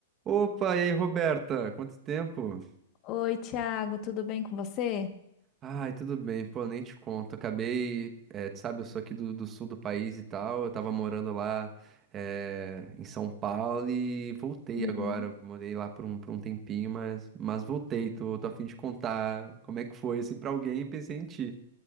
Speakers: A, on the right; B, on the left.
A: Opa, e aí, Roberta? Quanto tempo?
B: Oi, Thiago, tudo bem com você?
A: Ai, tudo bem, pô, nem te conto. Acabei, é, tu sabe, eu sou aqui do, do sul do país e tal. Eu tava morando lá, é, em São Paulo e voltei
B: Uhum.
A: agora. Morei lá por um, por um tempinho, mas, mas voltei. Tô, tô a fim de contar como é que foi, assim, pra alguém e pensei em ti.